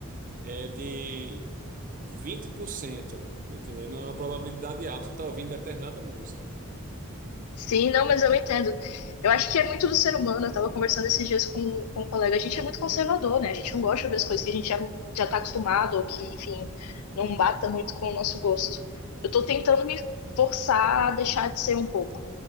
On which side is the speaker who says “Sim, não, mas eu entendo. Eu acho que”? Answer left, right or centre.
Left